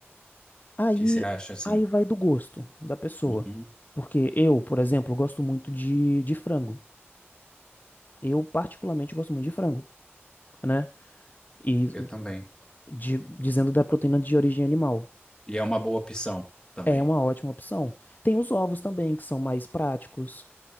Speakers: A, on the left; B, on the left.
A: Aí,
B: que você acha, assim?
A: aí vai do gosto da pessoa.
B: Uhum,
A: Porque eu, por exemplo, gosto muito de, de frango. Eu, particularmente, gosto muito de frango, né? E
B: eu também.
A: de- dizendo da proteína de origem animal.
B: E é uma boa opção também.
A: É uma ótima opção. Tem os ovos também, que são mais práticos.